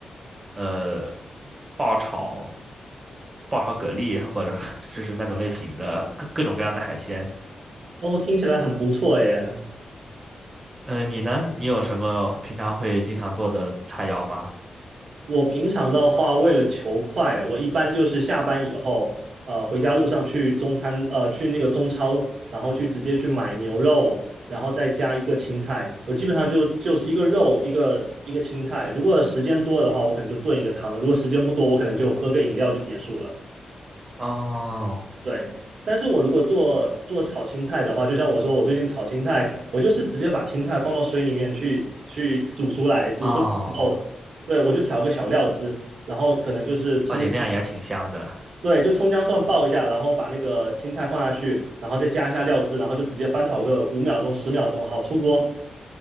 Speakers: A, on the right; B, on the right.
A: 呃爆炒爆炒蛤蜊，或者 <laughs> 就是那种类型的各各种各样的海鲜。
B: 哦，听起来很不错耶。
A: 呃，你呢？你有什么平常会经常做的菜肴吗？
B: 我平常的话，为了求快，我一般就是下班以后，呃，回家路上去中餐，呃，去那个中超，然后去直接去买牛肉，然后再加一个青菜。我基本上就就是一个肉，一个一个青菜。如果时间多的话，我可能就炖一个汤；如果时间不多，我可能就喝个饮料就结束了。
A: 哦
B: 对，但是我如果做做炒青菜的话，就像我说，我最近炒青菜，我就是直接把青菜放到水里面去去煮熟来，煮熟以后，
A: 哦，
B: 对，我就调个小料汁，然后可能就是葱姜，
A: 而且那样也挺香的
B: 对，就葱姜蒜爆一下，然后把那个青菜放下去，然后再加一下料汁，然后就直接翻炒个五秒钟、十秒钟，好出锅。